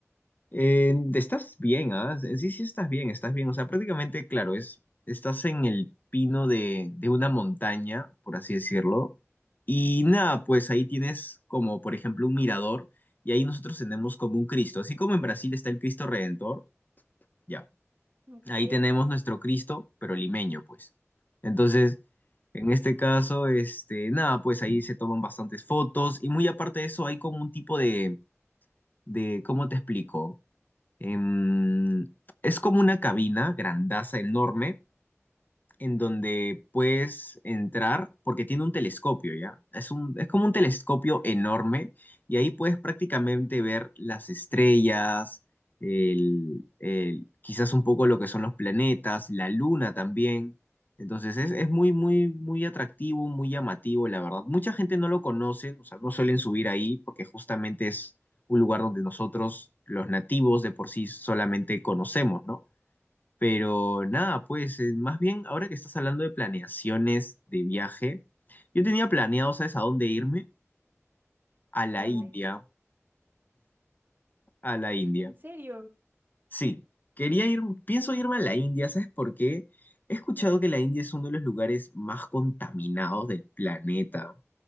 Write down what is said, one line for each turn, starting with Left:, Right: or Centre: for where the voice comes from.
Left: Eh, estás bien, ¿ah? Sí, sí, estás bien, estás bien. O sea, prácticamente, claro, es, estás en el pino de, de una montaña, por así decirlo. Y nada, pues ahí tienes como, por ejemplo, un mirador y ahí nosotros tenemos como un Cristo. Así como en Brasil está el Cristo Redentor, ya.
Right: Ok,
Left: Ahí tenemos nuestro Cristo, pero limeño, pues. Entonces, En este caso, este, nada, pues ahí se toman bastantes fotos y muy aparte de eso hay como un tipo de, de, ¿cómo te explico? Em, es como una cabina grandaza, enorme, en donde puedes entrar porque tiene un telescopio, ¿ya? Es un, es como un telescopio enorme y ahí puedes prácticamente ver las estrellas, el, el- quizás un poco lo que son los planetas, la luna también. Entonces es, es muy, muy, muy atractivo, muy llamativo, la verdad. Mucha gente no lo conoce, o sea, no suelen subir ahí porque justamente es un lugar donde nosotros, los nativos, de por sí solamente conocemos, ¿no? Pero nada, pues eh, más bien ahora que estás hablando de planeaciones de viaje, yo tenía planeado, ¿sabes a dónde irme? A
Right: ¿a
Left: la
Right: dónde?
Left: India, a la India.
Right: ¿En serio?
Left: Sí, quería ir, pienso
Right: Y.
Left: irme a la India, ¿sabes por qué? He escuchado que la India es uno de los lugares más contaminados del planeta.